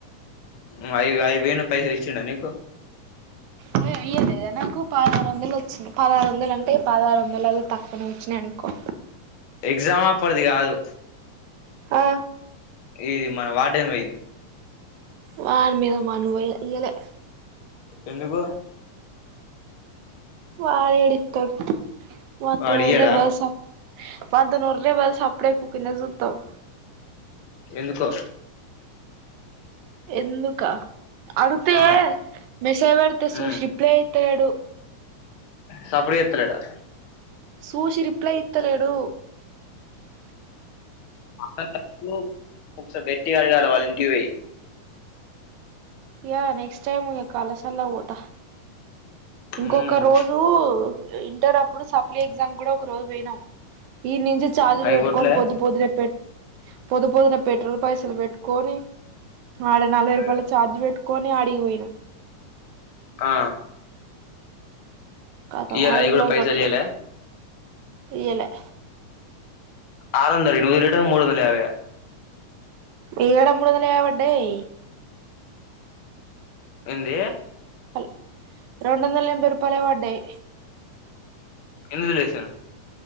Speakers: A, on the left; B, on the right.
A: ఉ అయి అయి వేను పైసల్ ఇచ్చిండా నీకు
B: అ ఇయ్యలేదా నాకు పదహారు వందలు వచ్చింది పదహారు వందలు అంటే పదహారు వందలు తక్కువనే వచ్చినాయి అన్ కు
A: ఎగ్జామ్ అప్పడ్ది కాదు
B: ఆ
A: ఇది మన వార్డెన్ పోయింది
B: వాన్ మీద మన్నుబొయ్య ఇయ్యలె
A: ఎందుకు
B: వాడేడి ఇత్తరు మొత్తం
A: వాడు
B: నూరే
A: ఇయ్యడా
B: బస్ వాల్తోనోర్రే బస్ అప్పుడు చేయకు కిందకు చూస్తావ్
A: ఎందుకో
B: ఎందుక అడుగుతే
A: ఆ
B: మెషైజ్ పెడితే చూషి
A: ఉమ్
B: రిప్లే తేడు
A: సప్పుడు చేస్తలేదా
B: సూచి రిప్లై ఇత్తలేడు
A: అట్టంటప్పుడు ఒకసారి గట్టిగా అడగాల వాళ్ళింటికి పోయ్
B: యా నెక్స్ట్ టైమ్ ఇక కలాశాల పోత ఇంకొక
A: ఉమ్
B: రోజు ఇంటర్ అప్పుడు సప్లీ ఎగ్జామ్ కూడ ఒక రోజు పోయినా ఈడ్ నుంచి చార్జీలు
A: అవి
B: పెట్టుకొని
A: కొట్లే
B: పొద్దు పొద్దు నె పెట్ పొద్దు పొద్దు నె పెట్రోల్ పైసలు పెట్టుకోొని ఆడ నలభై రూపాయల
A: ఉమ్,
B: చార్జ్ పెట్టుకొని ఆడిగిపోయిన
A: ఆ
B: కతం
A: ఇయ్యాల
B: అయి
A: అవి
B: కూడా
A: పైసలు
B: కొట్లే
A: ఇయ్యాలే
B: ఇయలే
A: ఆరొందలు నువ్వు రిటర్న్ మూడొన్దలియ్యలె
B: ఏడ మూడొందల యాభడ్డయ్
A: ఏంది
B: హల్ రెండందల ఎన్భై రూపాలే బడ్డయ్
A: ఇన్విజిలేషన్